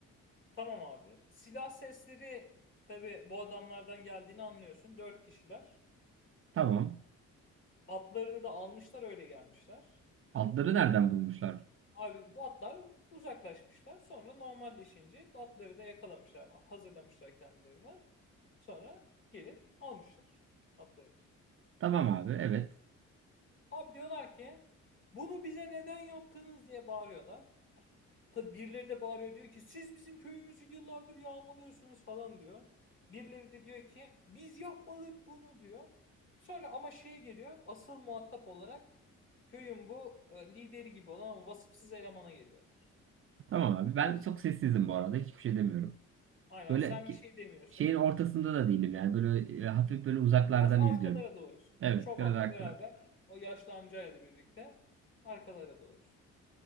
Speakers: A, on the left; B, on the right.
A: Tamam abi. Silah sesleri tabii bu adamlardan geldiğini anlıyorsun. Dört kişiler.
B: Tamam.
A: Atlarını da almışlar öyle gelmişler.
B: Adları nereden bulmuşlar?
A: Abi bu atlar uzaklaşmışlar. Sonra normalleşince atları da yakalamışlar. Hazırlamışlar kendilerini. Sonra gelip almışlar atları.
B: Tamam abi. Evet.
A: Abi diyorlar ki bunu bize neden yaptınız diye bağırıyorlar. Tabi birileri de bağırıyor diyor ki siz bizim köyümüzü yıllardır yağmalıyorsunuz falan diyor. Birileri de diyor ki biz yapmadık bunu diyor. Sonra ama şeye geliyor asıl muhatap olarak köyün bu e, lideri gibi olan ama vasıfsız elemana geliyorlar.
B: Tamam abi. Ben çok sessizim bu arada. Hiçbir şey demiyorum.
A: Aynen
B: Böyle
A: sen
B: ki-
A: bir şey demiyorsun.
B: şeyin ortasında da değilim yani. Böyle e, hafif böyle uzaklardan
A: Biraz arkalara
B: izliyorum.
A: doğrusun.
B: Evet.
A: Çobanla
B: Biraz haklılar.
A: beraber o yaşlı amcayla birlikte arkalara doğrusun.